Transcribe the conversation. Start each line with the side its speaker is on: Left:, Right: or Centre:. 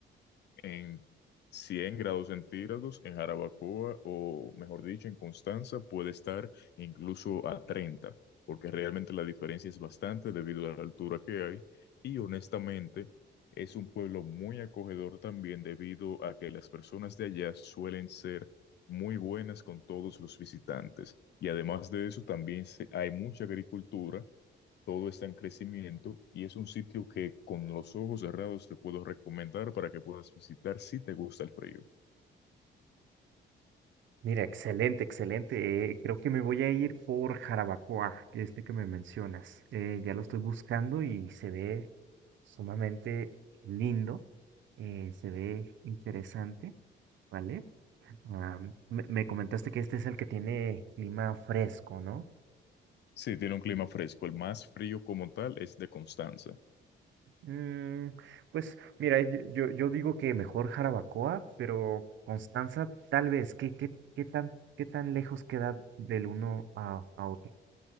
Left: en 100 grados centígrados, en Jarabacoa o mejor dicho, en Constanza puede estar incluso a treinta porque realmente la diferencia es bastante debido a la altura que hay y honestamente es un pueblo muy acogedor también debido a que las personas de allá suelen ser muy buenas con todos los visitantes y además de eso también se- hay mucha agricultura todo está en crecimiento y es un sitio que con los ojos cerrados te puedo recomendar para que puedas visitar si te gusta el frío.
Right: Mira, excelente, excelente. eh, creo que me voy a ir por Jarabacoa, este que me mencionas. Eh, ya lo estoy buscando y se ve sumamente lindo, eh, se ve interesante, ¿vale? Ah, me, me comentaste que este es el que tiene clima fresco, ¿no?
Left: Sí, tiene un clima fresco. El más frío como tal es de Constanza.
Right: Mm, pues mira, yo, yo, yo digo que mejor Jarabacoa, pero Constanza tal vez, ¿qué, qué, qué tan, qué tan lejos queda del uno a, a otro?